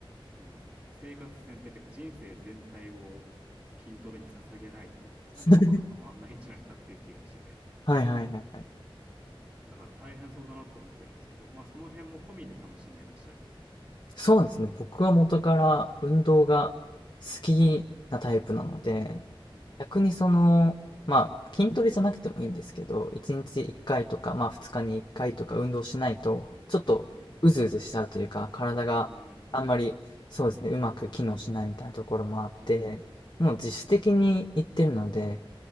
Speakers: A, on the right; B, on the left.
A: この生活全体っていうか人生全体を筋トレに捧げないと、なんかうまく回んないんじゃないかっていう気がしてて。
B: <laughs> はい、はい、はい。はい
A: だから大変そうだなと思ってるんですけど、まあその辺も込みで楽しんでらっしゃる。
B: そうですね。僕は元から運動が好きなタイプなので、
A: うん、
B: 逆にその、まあ、筋トレじゃなくてもいいんですけど、1日1回とか、まあ2日に1回とか運動しないと、ちょっとうずうずしちゃうというか、
A: うん、
B: 体があんまり、
A: うん、
B: そうですね、うまく機能しないみたいなところもあって、
A: うん、うん。
B: もう自主的に行ってるので、